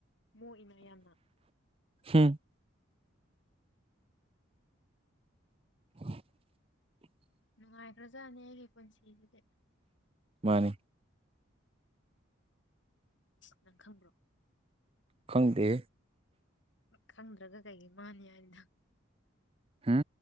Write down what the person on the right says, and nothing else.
ꯍꯝ <unintelligible>
ꯃꯥꯅꯦ
ꯈꯪꯗꯦ
ꯍꯥꯝ